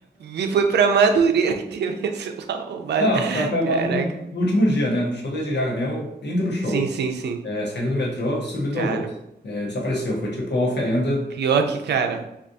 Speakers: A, on the right; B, on the left.
A: Vi foi pra Madureira e teve <laughs> esse lá roubado.
B: Não, só foi roubado
A: Caraca.
B: no, no último dia, né, no show da Lady Gaga mesmo, indo pro show.
A: Sim, sim, sim.
B: É, saindo do metrô, subiu do
A: Cara,
B: meu bolso. É, desapareceu. Foi tipo a oferenda.
A: pior que, cara.